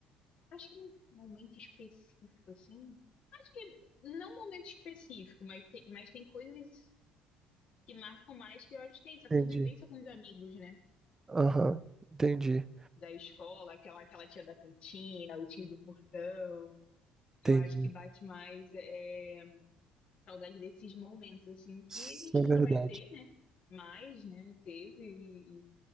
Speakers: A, on the left; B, on the right.
A: Acho que num momento específico, assim. Acho que não um momento específico, mas tem, mas tem coisas que marcam mais que eu acho que é isso, a
B: Entendi.
A: convivência com os amigos, né?
B: Aham. Entendi.
A: Da escola, aquela, aquela tia da cantina, o tio do portão. Eu
B: Entendi.
A: acho que bate mais. É... Saudade desses momentos, assim, que
B: Isso
A: a gente
B: é verdade.
A: nunca vai ter, né? Mas, né, teve, e, e